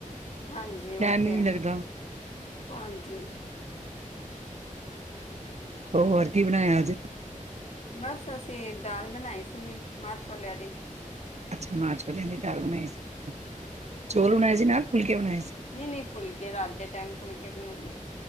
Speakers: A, on the left; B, on the right.
A: ਹਾਂਜੀ, ਓ
B: ਟਾਈਮ
A: ਤੇ
B: ਹੀ ਨੀ
A: ਹੈ।
B: ਲੱਗਦਾ,
A: ਹਾਂਜੀ। ਚਲਾ ਗਿਆ ਤੂੰ?
B: ਓ ਹੋਰ ਕੀ ਬਣਾਇਆ ਅੱਜ?
A: ਬਸ ਅਸੀਂ ਦਾਲ ਬਣਾਈ ਸੀ, ਮਾਂਹ ਛੋਲਿਆਂ ਦੀ।
B: ਅੱਛਾ ਮਾਹ ਛੋਲਿਆ ਦੀ ਦਾਲ ਬਣਾਈ ਸੀ। ਚੋਲ ਬਣਾਏ ਸੀ ਨਾਲ, ਫੁਲਕੇ ਬਣਾਏ ਸੀ।
A: ਨ‌ਈਂ- ਨ‌ਈਂ ਫੁਲਕੇ ਰਾਤ ਦੇ ਟਾਈਮ ਫੁਲਕੇ ਬਣਾਨੀ।